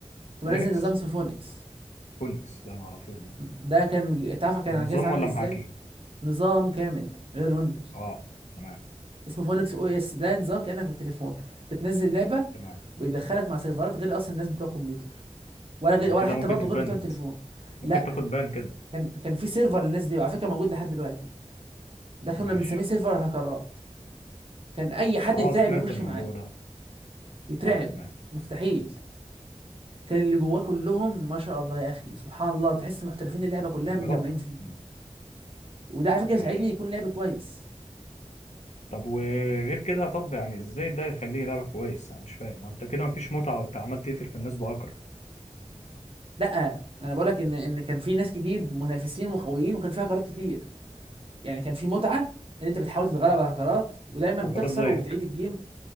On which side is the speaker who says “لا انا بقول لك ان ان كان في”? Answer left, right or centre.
Right